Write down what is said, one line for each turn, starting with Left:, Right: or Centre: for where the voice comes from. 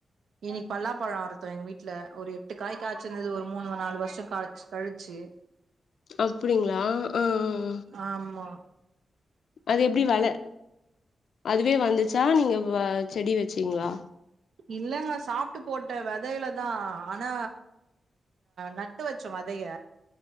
Right: இன்னிக்கு பலாப்பழம் அருத்தோம் எங்க வீட்டுல ஒரு எட்டு காய் காய்ச்சிருந்தது ஒரு மூணு நாலு வருஷம் கழிச்சு கழிச்சு
Left: அப்படிங்களா அ ஹ
Right: ஆமா
Left: அது எப்படி வள அதுவே வந்துச்சா நீங்க செடி வெச்சீங்களா
Right: இல்லங்க சாப்ட்டு போட்ட விதையில தான் ஆனா நட்டு வச்சோம் விதைய